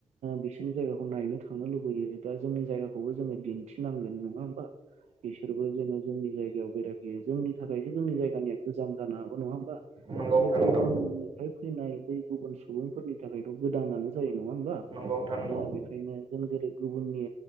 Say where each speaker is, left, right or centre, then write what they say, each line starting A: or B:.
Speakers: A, on the right; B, on the right.
A: बिसोरनि जायगाखौ। नायनो थांनो लुबैयो दा जोंनि जायगाखौबो जोंङो दिन्थिनांगोन नंङा होमबा। बिसोरबो जेन' जोंनि जायगायाव बेरायफैयो जोंनि थाखायसो जोंनि जायगानिया गोजाम जानो हागो नंङा होमबा।
B: नंगौ नोंथां
A: आरो गुबुननिफ्राय
B: नंगौ
A: फैनाय बै गुबुन सुबुंफोरनि थाखाय। ' गोदानानो जायो नंङा होमबा
B: नंगौ नोंथां नंगौ नोंथां नंगौ
A: दा बेनिखायनो जों जेरै गुबुननि